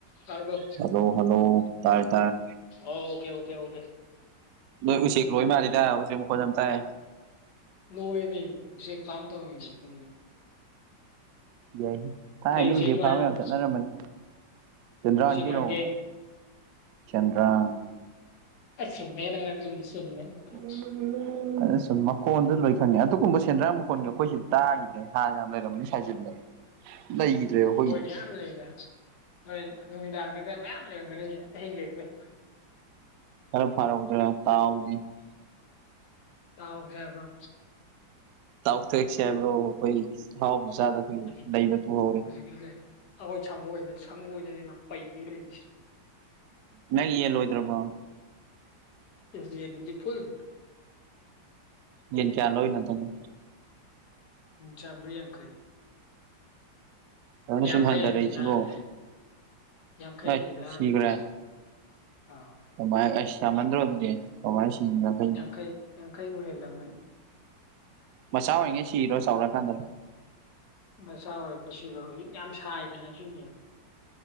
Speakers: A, on the left (about 60°); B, on the right (about 70°).
A: ꯇꯥꯔꯕꯣ
B: hello hello ꯇꯥꯔꯦ ꯇꯥꯔꯦ
A: ꯑꯣꯀꯦ ꯑꯣꯀꯦ ꯑꯣꯀꯦ
B: ꯅꯣꯏ ꯎꯆꯦꯛ ꯂꯣꯏ ꯃꯥꯜꯂꯤꯗ ꯎꯆꯦꯛ ꯃꯈꯣꯟ ꯌꯥꯝ ꯇꯥꯏ
A: ꯂꯣꯏꯔꯦ ꯎꯆꯦꯛ ꯐꯥꯝ ꯇꯧꯔꯤꯅꯦ ꯑꯈꯣꯏꯒꯤ
B: ꯌꯥꯏꯍꯦ ꯊꯥꯏꯅꯗꯤ
A: ꯀꯩ ꯎꯆꯦꯛꯅꯣ
B: ꯎꯆꯦꯛ ꯐꯥꯕ
A: ꯍꯥꯏꯔꯛꯎꯅꯦ
B: ꯌꯥꯝ ꯆꯠꯅꯔꯝꯕꯅꯤ ꯁꯦꯟꯗ꯭ꯔꯥꯅꯤ
A: ꯀꯩ ꯎꯆꯦꯛ
B: ꯀꯩꯅꯣ
A: ꯃꯥꯟꯒꯦ
B: ꯁꯦꯟꯗ꯭ꯔꯥꯡ
A: ꯑꯁ ꯆꯨꯝꯃꯦꯍꯦ ꯅꯪ ꯑꯗꯨꯃꯗꯤ ꯆꯨꯝꯃꯦꯍꯦ
B: <inaudible>
A: inaudible
B: ꯑꯗꯨꯁꯨꯨꯝ ꯃꯈꯣꯟꯗꯨ ꯂꯣꯏ ꯈꯪꯉꯦ ꯑꯗꯨꯒꯨꯝꯕ ꯁꯦꯟꯗ꯭ꯔꯥꯡ ꯃꯈꯣꯟꯒ ꯑꯈꯣꯏ ꯁꯤ ꯇꯥꯈꯤꯗ꯭ꯔꯦ ꯍꯥꯟꯅ ꯌꯥꯝ ꯂꯩꯔꯝꯅꯤ ꯁꯥꯏꯖꯤꯟꯗ ꯂꯩꯈꯤꯗ꯭ꯔꯦꯕꫭ
A: ꯈꫭꯏ ꯃꯌꯥꯝ ꯂꯩꯅ ꯍꯣꯏ ꯅꯨꯃꯤꯗꯥꯡꯗꯒ ꯃꯌꯥꯝ ꯂꯩꯔꯝꯒꯅꯤꯁꯦ ꯑꯍꯤꯡ ꯂꯦꯛꯄꯩ
B: ꯈꯔ ꯐꯥꯔꯛꯎꯗꯅ ꯇꯥꯎꯁꯤ
A: ꯇꯥꯎꯁꯦ ꯍꯥꯏꯕ꯭ꯔꯣ
B: ꯇꯥꯎꯊꯦꯛꯁꯦ ꯍꯥꯏꯕ꯭ꯔꯣ ꯑꯈꯣꯏ ꯑꯍꯥꯎꯕ ꯆꯥꯗ ꯀꯨꯏꯔꯦ
A: ꯍꯧꯖꯤꯛ
B: ꯂꯩꯗ ꯃꯇꯨ ꯍꯧꯔꯦ
A: ꯍꯧꯖꯤꯛꯁꯨ ꯂꯩ ꯑꯈꯣꯏ ꯁꯪꯒꯣꯏꯗ ꯁꯪꯒꯣꯏꯗꯅꯤꯅ ꯄꯩꯒꯩ ꯂꯩꯔꯤꯁꯦ
B: ꯅꯪ ꯌꯦꯜ ꯂꯣꯏꯗ꯭ꯔꯕꯣ
A: ꯏꯁ ꯌꯦꯟꯒꯤꯗꯤ ꯐꯨꯜ
B: ꯌꯦꯟ ꯀꯌꯥ ꯂꯧꯔꯤꯅꯣ ꯍꯟꯇꯛꯅ
A: ꯌꯦꯟ ꯆꯥꯝꯔꯤ ꯌꯥꯡꯈꯩ
B: ꯐꯖꯅ
A: ꯌꯥꯡꯈꯩ
B: ꯁꯨꯝ ꯍꯟꯊꯔꯛꯏꯁꯤꯕꯣ
A: ꯑꯝꯗꯤ ꯂꯥꯟꯈ꯭ꯔꯦ ꯌꯥꯡꯈꯩ
B: ꯑꯩ
A: ꯑꯝꯗꯤ ꯂꯥꯟꯈ꯭ꯔꯦ
B: ꯁꯤꯈ꯭ꯔꯦ
A: ꯍꯖꯤꯛ ꯑꯥꯎ
B: ꯀꯃꯥꯏ ꯑꯁ ꯌꯝꯃꯟꯗꯔꯣ ꯑꯗꯨꯗꯤ ꯀꯃꯥꯏ ꯁꯤꯒꯤꯅꫭ
A: ꯌꯥꯡꯈꯩ ꯌꯥꯡꯈꯩꯕꯨ ꯍꯦꯜꯂꯝꯃꯅꯤ
B: ꯃꯆꯥ ꯑꯣꯏꯉꯩ ꯁꯤꯔꯤꯔꯣ ꯆꯥꯎꯔꯛꯑꯀꯥꯟꯗꯔꯣ
A: ꯃꯆꯥ ꯑꯣꯏꯔꯛꯄꯁꯤꯕ ꯍꯧꯖꯤꯛ ꯌꯥꯝ ꯁꯥꯏꯗꯅ ꯑꯗꯨꯒꯤꯅꯦꯕ